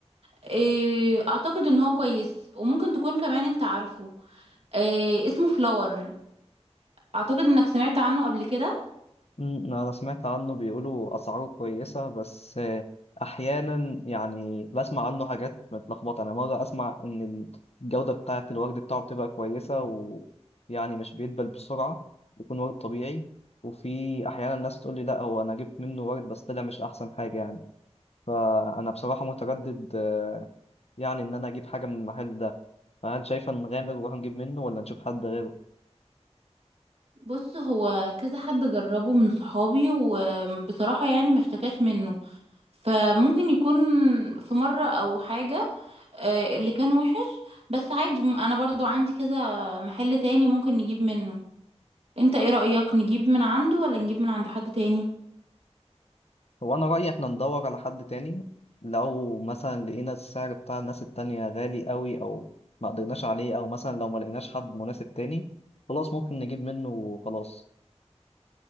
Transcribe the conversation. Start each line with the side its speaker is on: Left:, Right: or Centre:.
Right: آه، أعتقد إن هو كويس وممكن تكون كمان أنت عارفه آه، اسمه فلاور أعتقد إنك سمعت عنه قبل كده
Left: مم، أنا سمعت عنه بيقولوا أسعاره كويسة بس آه، أحيانا يعني بسمع عنه حاجات متلخبطة أنا مرة أسمع إن الجودة بتاعة الورد بتاعه بتبقى كويسة ويعني مش بيدبل بسرعة بيكون ورد طبيعي وفي أحيانا الناس تقول لي لأ هو أنا جبت منه ورد بس طلع مش أحسن حاجة يعني فأنا بصراحة متردد آه، يعني إن أنا أجيب حاجة من المحل ده فهل شايفة نغامر ونروح نجيب منه ولا نشوف حد غيره؟
Right: بص هو كذا حد جربه من صحابي وبصراحة يعني ما اشتكاش منه فممكن يكون في مرة أو حاجة آه، اللي كان وحش بس عادي م- أنا برضو عندي كذا محل تاني ممكن نجيب منه انت ايه رأيك نجيب من عنده ولا نجيب من عند حد تاني
Left: هو أنا رأيي إحنا ندور على حد تاني لو مثلا لقينا السعر بتاع الناس التانية غالي قوي أو ما قدرناش عليه أو مثلا لو ما لقيناش حد مناسب تاني خلاص ممكن نجيب منه وخلاص